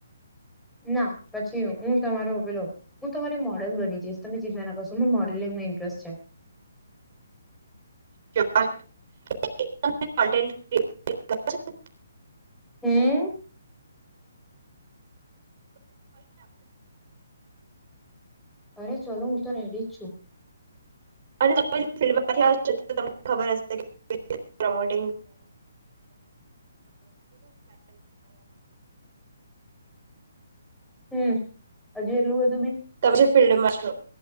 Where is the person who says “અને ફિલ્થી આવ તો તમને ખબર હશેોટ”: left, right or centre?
Right